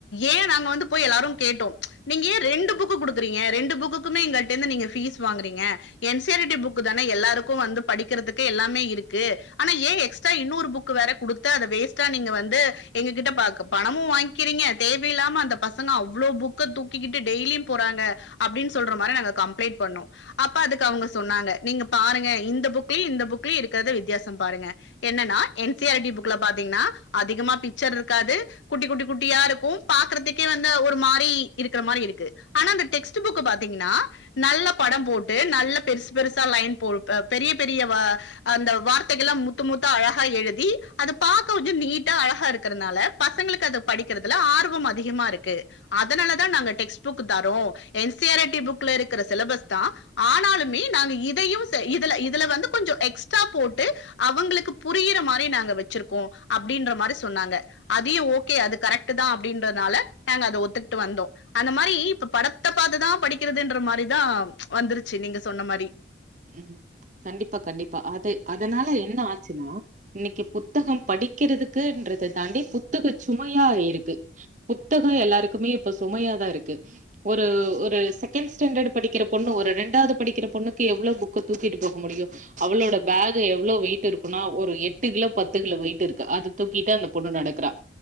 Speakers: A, on the left (about 80°); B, on the right (about 40°).
A: ஏன் நாங்க வந்து எல்லாரு போய் கேட்டோ நீங்க ஏன் ரெண்டு புக்கு குடுக்குறீங்க ரெண்டு புக்குக்குமே எங்கள்ட்ட இருந்து நீங்க ஃபீஸ் வாங்குறீங்க என் சி ஆர் டி புக்குதான எல்லாருக்கு வந்து படிக்கிறதுக்கு எல்லாமே இருக்கு ஆனா ஏன் எக்ஸ்ட்ரா இன்னொரு புக்கு வேற குடுத்து அத வேஸ்டா நீங்க வந்து எங்ககிட்ட ப பணமு வாங் கிக்றீங்க தேவை இல்லாம அந்த பசங்க அவ்ளோ புக்க தூக்கிக்கிட்டு் டெய்லி போறாங்க அப்டினு சொல்ற மாரி நாங்க கம்ப்ளைன்ட் பண்ணோ அப்ப அதுக்கு அவுங்க சொன்னாங்க நீங்க பாருங்க இந்த புக்ளையு இந்த புக்ளையு இருக்குறத வித்தியாசம் பாருங்க என்னென்னா என் சி ஆர் டி புக்ல பாத்தீங்கனா அதிகமா பிக்ச்சர் இருக்காது குட்டி குட்டி குட்டியா இருக்கும் பாக்கறதுக்கே வந்து ஒரு மாரி இருக்கற மாரி இருக்கு ஆனா இந்த டெக்ஸ்ட் புக்க பாத்தீங்கனா நல்ல படம் போட்டு நல்ல பெருசு பெருசா லையன் போட் ஆ பெரிய பெரிய அந்த வார்த்தைகள் எல்லாம் முத்து முத்தா அழகா எழுதி அது பாக்க கொஞ்ச நீட்டா அழகா இருக்குறனால பசங்களுக்கு அது படிக்கிறதுல ஆர்வம் அதிகமா இருக்கு அதனாலதா நாங்க டெக்ஸ்ட் புக் தரோ என் சி ஆர் டி புக்குல இருக்க சிலபஸ்தா ஆனாலுமே நாங்க இதையு ச இதுல இதுல வந்து கொஞ்ச எக்ஸ்ட்ரா போட்டு அவுங்களுக்கு புரியற மாரி நாங்க வச்சுருக்கோ அப்டின்ற மாரி சொன்னாங்க அதையு ஓ கே அது கரெக்ட்டுதா அப்டின்றனால நாங்க அத ஒத்துக்ட்டு வந்தோ அந்த மாரி இப்ப படத்த பாத்துதா படிக்கிறதுன்ற மாரிதா வந்துருச்சு நீங்க சொன்ன மாரி
B: ம். கண்டிப்பா, கண்டிப்பா. அது அதனால என்ன ஆச்சுன்னா இன்னைக்கி புத்தகம் படிக்கிறதுக்குன்றத தாண்டி புத்தகச் சுமையா இருக்கு புத்தகோ எல்லாருக்குமே இப்ப சுமையாதா இருக்கு ஒரு ஒரு செகண்ட் ஸ்டாண்டர்ட் படிக்கிற பொண்ணு ஒரு ரெண்டாவது படிக்கிற பொண்ணு எவ்ளோ புக்க தூக்கிட்டு போக முடியு அவளோட பேக் எவ்ளவு வெயிட் இருக்குனா ஒரு எட்டு கிலோ பத்து கிலோ வெயிட் இருக்கு அத தூக்கிட்டு அந்த பொண்ணு நடக்கறா